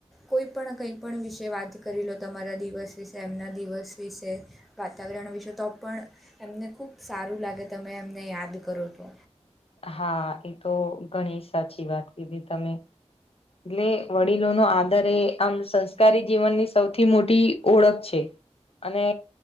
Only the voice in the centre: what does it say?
કોઈ પણ કંઈ પણ વાત કરી લો તમારા દિવસ વિશે કે એમના દિવસ વિશે વાતાવરણ વિશે વાત કરો તો પણ એમને ખૂબ સારું લાગે છે જ્યારે તમે એમને યાદ કરો છો.